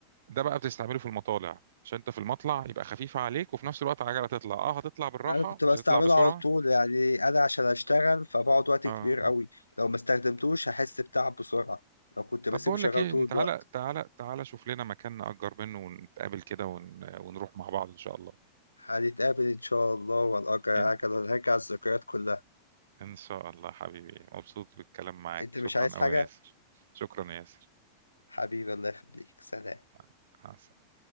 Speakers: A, on the right; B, on the left.
A: ده بقى بتستعمله في المطالع عشان انت في المطلع يبقى خفيفه عليك وفي نفس الوقت العجله تطلع اه هتطلع بالراحه
B: يعني انا كنت بستعمله
A: مش هتطلع بسرعه
B: على طول يعني انا عشان اشتغل فبقعد وقت
A: اه
B: كبير قوي لو ما استخدمتوش هحس بتعب بسرعة لو كنت بسيبه
A: طب بقول
B: شغال
A: لك ايه
B: طول
A: انت
B: الوقت
A: تعالى تعالى تعالى شوف لنا مكان نأجر منه ونتقابل كده ون... ونروح مع بعض ان شاء الله
B: هنتقابل ان شاء الله وهنأجر
A: ان
B: عجلة ونرجع الذكريات كلها
A: إن شاء الله حبيبي مبسوط بالكلام معاك
B: انت مش
A: شكرا
B: عايز حاجة
A: قوي يا ياسر شكرا يا ياسر
B: حبيبي الله يخليك سلام
A: مع مع السلامة